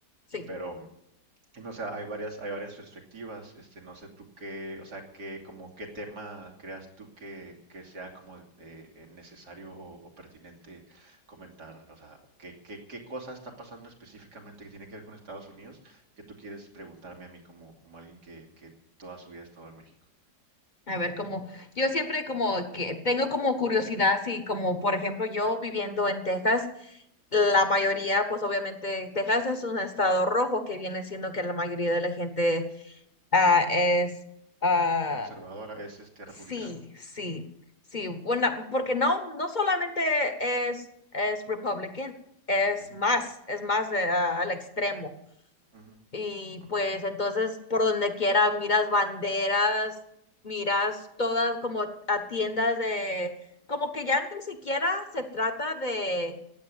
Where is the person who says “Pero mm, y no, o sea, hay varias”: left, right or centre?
Right